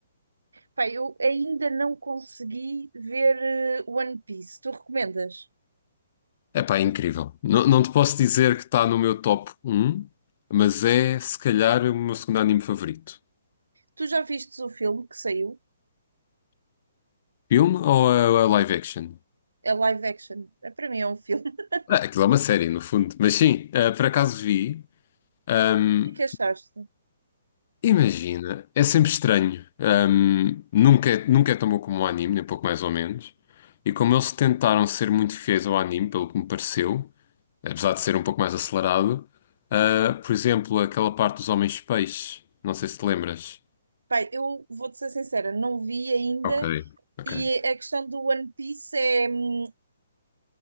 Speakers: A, on the right; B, on the left.
A: Pai, eu ainda não consegui ver eh, One Piece. Tu recomendas?
B: É pá, é incrível. Não, não te posso dizer que está no meu top um, mas é se calhar o meu segundo anime favorito.
A: Tu já viste o filme que saiu?
B: Filme ou a, a live action?
A: É live action. É, para mim é um filme. <laughs>
B: Ah, aquilo é uma série, no fundo. Mas sim, ah, por acaso vi. ehm,
A: O que é que achaste?
B: Imagina, é sempre estranho. Hum, nunca, é- nunca é tão bom como o anime, nem pouco mais ou menos. E como eles tentaram ser muito fiéis ao anime, pelo que me pareceu, apesar de ser um pouco mais acelerado, ah, por exemplo, aquela parte dos homens peixes, não sei se te lembras.
A: Pai, eu vou-te ser sincera, não vi ainda.
B: Ok. Ok,
A: E a questão do One Piece é, hum,